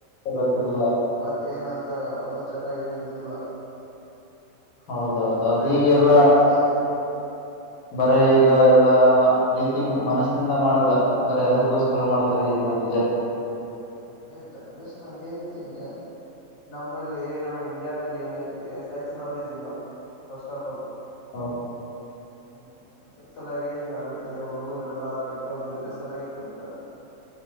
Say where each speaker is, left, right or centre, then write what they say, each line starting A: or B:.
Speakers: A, on the left; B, on the left.
A: ಗೊತ್ತಿದಿಲ್ಲ
B: ಹ್ಮ ಮತ್ತ ಏನ ಅಂತಾಗ ಅಲಷ್ಟ ಚಟಾಗಿ ಏನ್ ಇದ್ದುದಿಲ್ಲ
A: ಹೌದೌದೌದು
B: ಬರೇ
A: ಈಗೆಲ್ಲ
B: ಪ್ರೀತಿ ಮಾಡೋದ ಅಷ್ಟೇ ಇತ್ತು
A: ಬರ ಈ ಈಗ ಎಲ್ಲಾ ಪ್ರೀತಿ ಮನಸ್ಸನಿಂದ ಮಾಡಿಲ್ಲ ಬರ ಅದರ್ಗೋಸ್ಕರ ಮಾಡ್ತಾರೆ ಈಗನ್ ಮಂದ
B: ಹ್ಮ್ ಹಂಗಗೆ ಜನ್ರೇಷನ್ ಹಂಗಗೆ ಐತಿ ಈಗ ನಮ್ಮಂಬಲ್ಲಿ ನಮ್ಮ್ ಇಂಡಿಯಾದಲ್ಲಿ ಏನೈತಿ ಸೆಕ್ಸ್ ನಾಲೆಜ್ ಇಲ್ಲ ಫರ್ಸ್ಟ್ ಆಫ್ ಆಲ್
A: ಹೌದು
B: ಹ್ಮ್ ಅದ್ರ ಸಲಾಗೆ ಹೇಗೆ ಆಗದೆ ಹುಡುಗೂರೆಲ್ಲಾ ಕೆಟ್ಟದು ಇದ್ರ ಸಲಾಗಿೆ ಕೆಡ್ತಾರೆ